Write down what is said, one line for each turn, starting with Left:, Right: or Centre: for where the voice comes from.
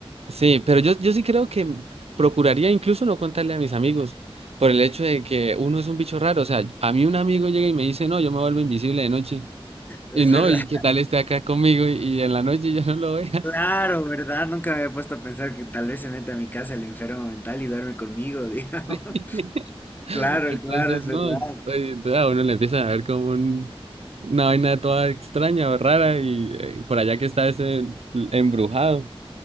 Right: sí, pero yo, yo sí creo que procuraría incluso no contarle a mis amigos por el hecho de que uno es un bicho raro. O sea, a mí un amigo llega y me dice, no, yo me vuelvo invisible de noche.
Left: Es
Right: Y no,
Left: verdad.
Right: ¿y qué tal
Left: <laughs>
Right: esté acá conmigo y, y en la noche ya no lo vea?
Left: Claro, ¿verdad? Nunca me había puesto a pensar que tal vez se mete a mi casa el enfermo mental y duerme conmigo, <laughs> digamos.
Right: <laughs> <laughs>
Left: Claro,
Right: Entonces,
Left: claro, es
Right: no,
Left: verdad.
Right: yo estoy- entonces a uno le empiezan a ver como un, una vaina toda extraña o rara y eh, por allá que está ese embrujado